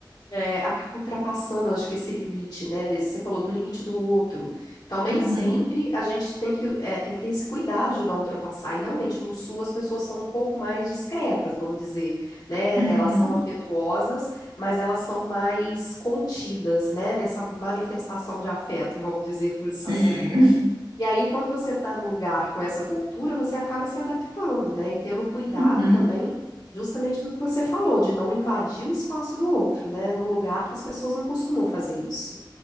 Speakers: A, on the left; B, on the right.
A: é, acaba ultrapassando, acho que esse limite, né? desse- você falou do limite do outro. Então, nem
B: Uhum,
A: sempre a gente tem que, é, tem que ter esse cuidado de não ultrapassar. E realmente, no Sul, as pessoas são um pouco mais discretas, vamos dizer, né?
B: uhum,
A: Elas são afetuosas, mas elas são mais contidas, né? Nessa manifestação de afeto, vamos dizer por-
B: sim.
A: assim, né. E aí, quando você está num lugar com essa cultura, você acaba se adaptando, né? E tendo cuidado
B: Uhum.
A: também, justamente do que você falou, de não invadir o espaço do outro, né? Num lugar que as pessoas não costumam fazer isso.